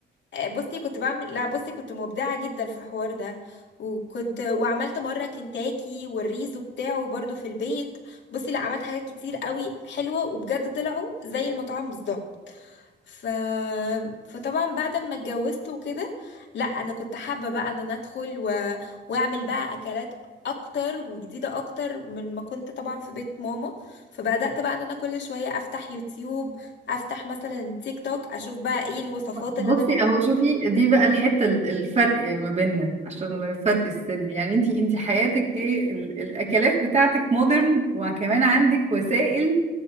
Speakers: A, on the left; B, on the right.
A: آه، بصي كنت بعمل لا بصي كنت مبدعة جدا في الحوار ده وكنت وعملت مرة كنتاكي والريزو بتاعه برضو في البيت بصي لا عملت حاجات كتير قوي حلوة وبجد طلعوا زي المطاعم بالظبط ف... فطبعا بعد ما اتجوزت وكده لا انا كنت حابة بقى ان انا ادخل و... واعمل بقى اكلات اكتر وجديدة اكتر من ما كنت طبعا في بيت ماما فبدأت بقى ان انا كل شوية افتح يوتيوب افتح مثلا تيك توك اشوف بقى ايه الوصفات
B: بصي
A: اللي انا ممكن
B: اهو شوفي دي بقى الحته ال- الفرق ما بيننا عشان فرق السن يعني انتي انتي حياتك ايه ال- الاكلات بتاعتك مودرن وكمان عندك وسائل